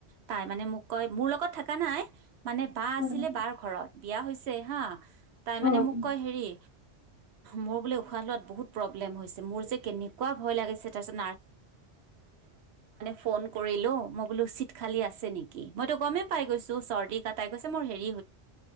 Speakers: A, on the right (about 70°); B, on the left (about 60°).
A: তাই মানে মোক কয় মোৰ লগত থকা নাই মানে বা
B: উম,
A: আছিলে বাৰ ঘৰত বিয়া হৈছে হা তাই
B: উম,
A: মানে মোক
B: উম।
A: কয় হেৰি মোৰ বোলে উশাহ লোৱাত বহুত প্ৰব্লেম হৈছে মোৰ যে কেনেকুৱা ভয় লাগিছে তাৰপিছত ফ কৰিলো মই বোলো চিট খালি আছে নেকি মইতো গমেই পাই গৈছো চি কাই গৈছে ম হেৰি